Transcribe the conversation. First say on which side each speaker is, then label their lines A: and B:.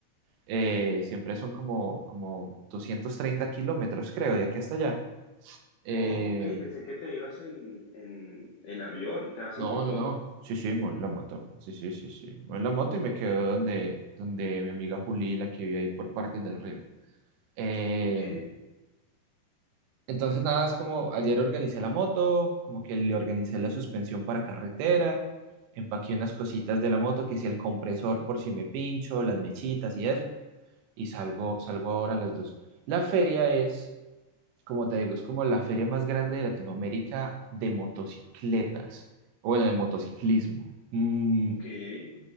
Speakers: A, on the right; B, on the left.
A: Eh, siempre son como, como 230 kilómetros, creo, de aquí hasta allá. Eh,
B: Oh, ok. Pensé que te ibas en, en, en avión. Te vas
A: No,
B: en tu
A: no,
B: moto.
A: no. Sí, sí, me la moto. Sí, sí, sí, sí. Me la moto
B: Ok.
A: y me quedo donde, donde mi amiga Juli, la que vive ahí por Parques del Río. Eh,
B: Ok.
A: entonces, nada, es como ayer organicé la moto, como que le organicé la suspensión para carretera, empaqué unas cositas de la moto, que si el compresor por si me pincho, las mechitas y eso, y salgo, salgo ahora a las dos. La feria es, como te digo, es como la feria más grande de Latinoamérica de motocicletas, o bueno, de motociclismo. Mm,
B: Ok. Eh,